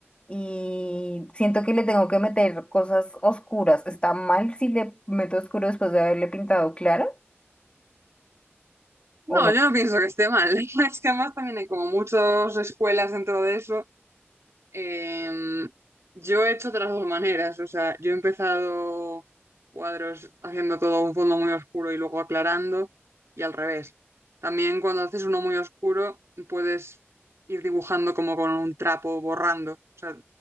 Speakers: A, on the left; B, on the right.
A: y siento que le tengo que meter cosas oscuras. ¿Está mal si le meto oscuro después de haberle pintado claro
B: No,
A: o no?
B: yo no pienso que esté mal. <laughs> Es que además también hay como muchas escuelas dentro de eso Em, yo he hecho de las dos maneras, o sea, yo he empezado cuadros haciendo todo un fondo muy oscuro y luego aclarando y al revés. También cuando haces uno muy oscuro puedes ir dibujando como con un trapo borrando, o sea,